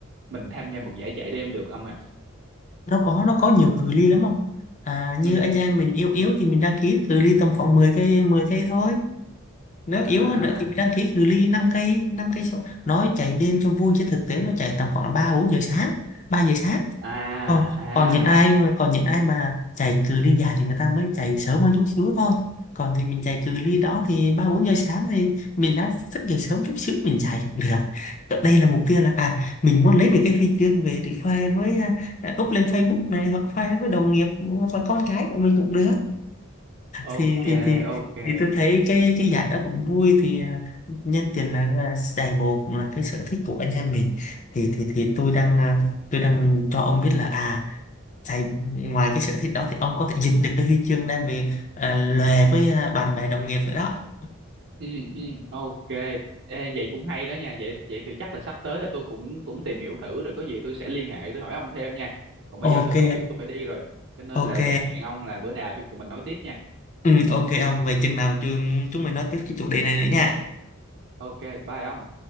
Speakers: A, on the right; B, on the left.
A: mình tham gia một giải chạy đêm được ông à?
B: Nó có nó có nhiều cự ly lắm không? À, như
A: Ừ.
B: anh em mình yếu yếu thì mình đăng ký cự ly tầm khoảng 10 cây 10 cây thôi nếu
A: à
B: yếu hơn nữa thì mình đăng ký cự ly 5 cây 5 cây số nói chạy đêm cho vui chứ thực tế nó chạy tầm khoảng 3 4 giờ sáng 3 giờ sáng
A: à
B: còn
A: à
B: còn những ai mà còn những ai mà chạy cự ly dài thì người ta mới chạy sớm hơn chút xíu thôi còn thì mình chạy cự ly đó thì 3 4 giờ sáng thì mình đã thức dậy sớm chút xíu mình chạy được ở đây là mục tiêu là à mình muốn lấy được cái huy chương về để khoe với à, à, up lên Facebook này hoặc khoe với đồng nghiệp hoặc là con cái của mình cũng được thì
A: ok
B: thì thì
A: ok
B: thì tôi thấy cái cái giải đó cũng vui thì à, nhân tiện là à, giải bồ cũng là cái sở thích của anh em mình thì thì thì tôi đang à, tôi đang cho ông biết là à giải ngoài cái sở thích đó thì ông có thể giành được cái huy chương đem về à, lề với à, bạn bè đồng nghiệp nữa đó
A: ừ, ừ, ok Ê, vậy cũng hay đó nha vậy vậy thì chắc là sắp tới là tôi cũng cũng tìm hiểu thử rồi có gì tôi sẽ liên hệ tôi hỏi ông thêm nha còn
B: ok
A: bây giờ tôi có việc tôi phải đi rồi cho nên
B: ok
A: là chắc hẹn ông là bữa nào chúng tụi mình nói tiếp nha
B: ừ, ok ông về chừng nào chúng chúng mình nói tiếp cái chủ đề này nữa nha
A: ok bye ông